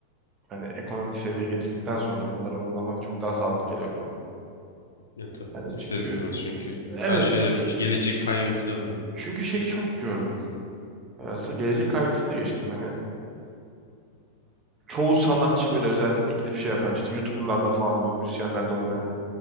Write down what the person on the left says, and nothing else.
Ya tabii.
İster
istemez çünkü
her şeyden
önce gelecek kaygısı önde.